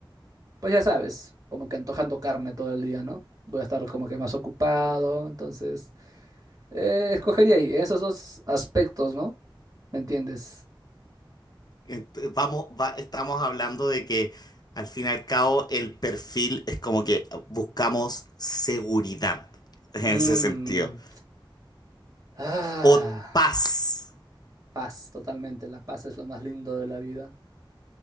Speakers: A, on the right; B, on the left.
A: pues ya sabes, como que antojando carne todo el día, ¿no? Voy a estar como que más ocupado, entonces, eh, escogería ahí esos dos aspectos, ¿no? ¿Me entiendes?
B: Ent- Vamos, va- estamos hablando de que al fin y al cabo el perfil es como que buscamos seguridad <laughs> en
A: Mm,
B: ese sentido.
A: ah,
B: O paz,
A: paz, totalmente. La paz es lo más lindo de la vida.